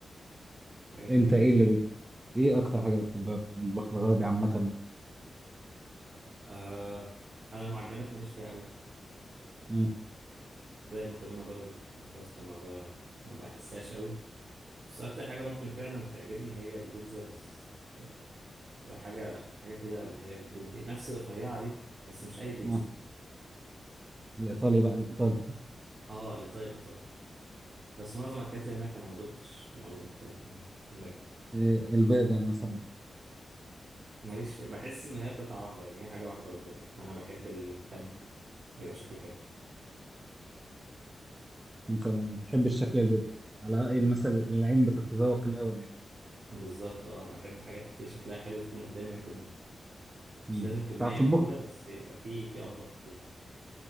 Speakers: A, on the right; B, on the right.
A: حاجة كده
B: أنت
A: جميلة
B: إيه اللي بت... إيه أكتر حاجة بتحبها في المطبخ الغربي عامة؟
A: آه أنا المعجنات ماليش فيها أوي
B: مم.
A: زي المكرونة برضو الباستا ما ب... ما بحسهاش قوي بس أكتر حاجة ممكن فعلا تعجبني هي البيتزا بس تبقى حاجة حاجة كده اللي هي بتدوب دي نفس الرفيعة دي بس مش أي بيتزا
B: آه. الإيطالي بقى الإيطالي
A: اه الإيطالي الإيطالي بس معظم الأكلات اللي هناك أنا ما دقتش معظم الأكلات من هناك
B: آه.
A: من هنا
B: البرجر مثلا
A: ماليش فيها بحس إن هي قطعة واحدة يعني هي حاجة واحدة قدامي أنا بحب الكم بيبقى شكله حلو
B: انت ما بتحبش شكل البيض على ايه المثل العين بتتذوق الاول يعني
A: بالظبط اه أنا بحب حاجات كتير شكلها حلو تكون قدامي وآكل منها
B: مم.
A: مش لازم كمية
B: بتعرف تطبخ
A: مهولة بس يبقى في في أطباق كتير